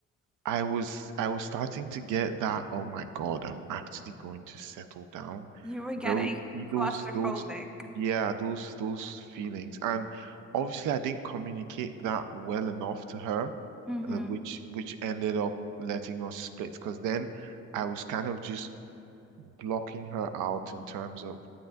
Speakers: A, on the right; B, in the centre.
A: I was I was starting to get that, oh my God, I'm actually going to settle down.
B: You were getting
A: Those see those
B: claustrophobic.
A: those yeah, those those feelings. And obviously I didn't communicate that well enough to her,
B: Mm-hmm.
A: uh, which which ended up letting us split because then I was kind of just blocking her out in terms of